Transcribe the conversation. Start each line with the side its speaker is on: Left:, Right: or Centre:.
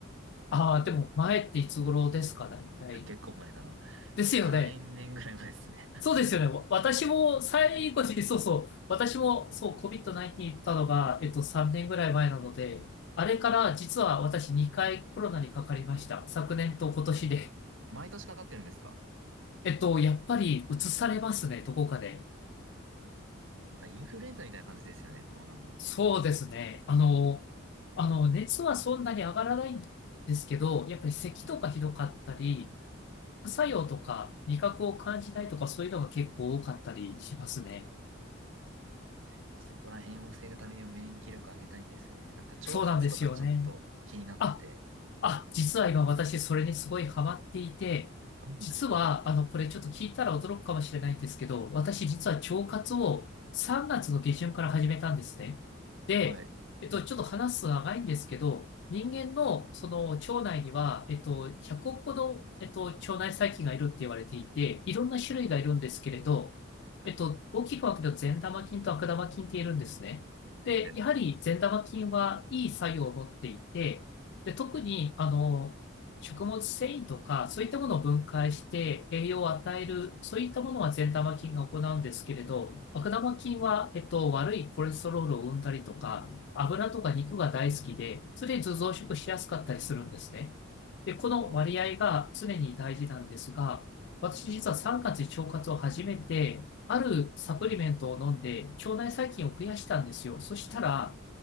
Left: ああ、
Right: でも、
Left: でも前っていつ頃ですか、大体。
Right: いや、結構前だな。
Left: ですよね。
Right: 3年ぐらい前ですね。<laughs>
Left: そうですよね。わ私も最後に、そうそう、私もそう COVID-19 行ったのが、えっと、3年ぐらい前なので、あれから実は私2回コロナにかかりました。昨年と今年で。
Right: 毎年かかってるんですか
Left: えっと、やっぱり移されますね、どこかで。
Right: だからインフルエンザみたいな感じですよね、コロナも。
Left: そうですね。あの、あの、熱はそんなに上がらないんですけど、やっぱり咳とかひどかったり、副作用とか味覚を感じないとかそういうのが結構多かったりしますね。
Right: やっぱそこら辺を防ぐためにも免疫力上げたいんですよね。なんか腸活とかちょっと気になってて。
Left: そうなんですよね。あ、あ、実は今私それにすごいハマっていて、
Right: そうなんですか
Left: 実は、あの、これちょっと聞いたら驚くかもしれないんですけど、私実は腸活を3月の下旬から始めたんですね。で、
Right: はい。
Left: えっと、ちょっと話すの長いんですけど、人間のその腸内には、えっと、100億個の、えっと、腸内細菌がいるって言われていて、いろんな種類がいるんですけれど、
Right: はい
Left: えっと、大きく分けると善玉菌と悪玉菌っているんですね。で、
Right: えっ
Left: やはり善玉菌はいい作用を持っていて、で、特に、あの、食物繊維とか、そういったものを分解して栄養を与える、そういったものは善玉菌が行うんですけれど、悪玉菌は、えっと、悪いコレステロールを生んだりとか、油とか肉が大好きで、常に増殖しやすかったりするんですね。で、この割合が常に大事なんですが、
Right: と、
Left: 私実は3月に腸活を始めて、あるサプリメントを飲んで、腸内細菌を増やしたんですよ。そしたら、